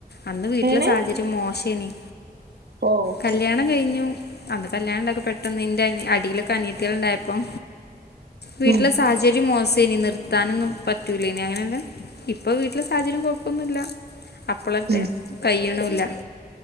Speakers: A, on the left; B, on the right.
A: അന്ന് വീട്ടിലെ
B: എങ്ങനെ
A: സാഹചര്യം മോശേനി
B: ഓഹ്
A: കല്യാണ ണം കയ്ഞ്ഞു അന്ന് കല്യാണ്ടക്കെ പെ ട്ടന്ന് എന്റെ അടിയിലൊക്കെ അനിയത്യേൾ ഉണ്ടായപ്പം വീട്ടിലെ
B: ഉം
A: സാഹചര്യം മോശം നി നിർത്താനൊന്നും പറ്റൂലനി അങ്ങനെന്നെ ഇപ്പൊ വീട്ടിലെ സാഹചര്യം കൊഴപ്പൊന്നുല്ല അപ്പളത്തെ
B: ഉം
A: കയ്യുണില്ല